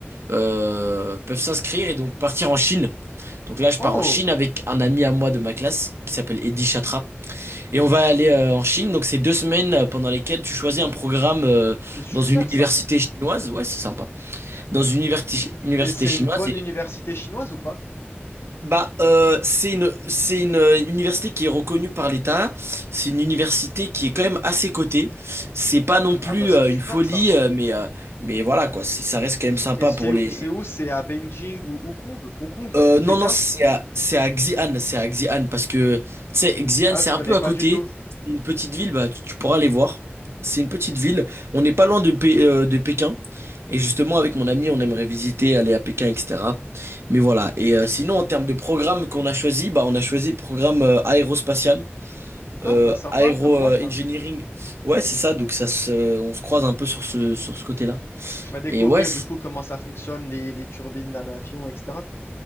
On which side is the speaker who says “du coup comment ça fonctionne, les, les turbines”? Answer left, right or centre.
Left